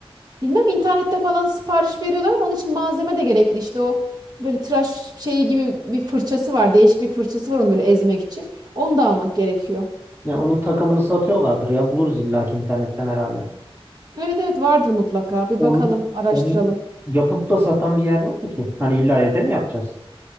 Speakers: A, on the right; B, on the right.
A: Bilmem internette falan sipariş veriyorlar ama onun için malzeme de gerekli. İşte o böyle tıraş şeyi gibi bir fırçası var. Değişik bir fırçası var onu böyle ezmek için. Onu da almak gerekiyor.
B: Ya onun takımını satıyorlardır ya. Buluruz illaki internetten herhalde.
A: Evet evet vardır mutlaka. Bir
B: Onu,
A: bakalım, araştıralım.
B: onu yapıp da satan bir yer yok mu ki? Hani illa evde mi yapacağız?